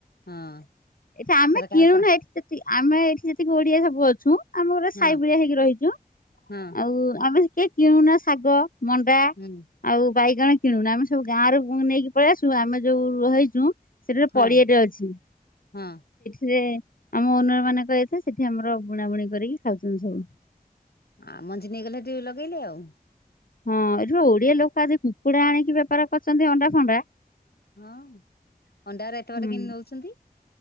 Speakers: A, on the left (about 90°); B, on the left (about 65°).
A: ହଁ।
B: ଏଠି ଆମେ
A: ସେଟା କା
B: କିଣୁନା
A: ପା
B: ଏଠି ଯେତିକି ଆମେ ଏଠି ଯେତିକି ଓଡିଆ ସବୁ ଅଛୁ। ଆମ ଗୋଟେ
A: ହଁ
B: ସାଇ ଭଳିଆ ହେଇକି ରହିଛୁ
A: ହଁ
B: ଆଉ ଆମେ କିଏ କିଣୁନା ଶାଗ ମଣ୍ଡା
A: ହୁଁ
B: ଆଉ ବାଇଗଣ କିଣୁନ ଆମେ ସବୁ ଗାଁରୁ ନେଇକି ପଳେଇ ଆସୁ ଆମେ ଯୋଉ ରହିଛୁ। ସେଠାରେ
A: ହଁ
B: ପଡିଆଟେ ଅଛି।
A: ହଁ।
B: ଯେ ଆମ ଓନର ମାନେ କହିଥେ ସେଠି ଆମର ବୁଣାବୁଣି କରିକି ଖାଉଛନ୍ତି ସବୁ।
A: ଆଁ ମଞ୍ଜି ନେଇଗଲେ ଟିକେ ଲଗେଇଲେ ଆଉ।
B: ହଁ ଏଠି ଓଡିଆ ଲୋକ ଆଜି କୁକୁଡ଼ା ଆଣିକି ବେପାର କରୁଛନ୍ତି ଅଣ୍ଡା ଫଣ୍ଡା
A: ହଁ ଅଣ୍ଡାଉରା ଏତେ
B: ହୁଁ।
A: ବାଟ କେମତି ନଉଛନ୍ତି?